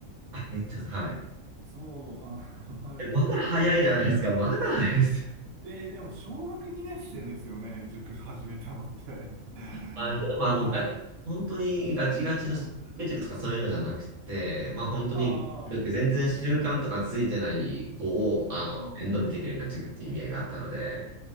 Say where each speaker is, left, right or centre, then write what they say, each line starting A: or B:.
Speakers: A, on the right; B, on the right.
A: あ、年長さん、はい。
B: そう、あ、<laughs> まだ幼稚園で今度。
A: えまだ早いじゃないですか。まだ早いですよ。
B: えー、でも小学2年生ですよね、塾始めたのって。<laughs>
A: まあ、けど、まあ、
B: ああ、
A: あの、が本当にガチガチの進学塾とかそういうのじゃなくて、
B: うん。
A: まあ、本当に全然習慣とかついてない子を、
B: ああ、うんうん、
A: あの、面倒見てくれるような塾っていう意味合いがあったので、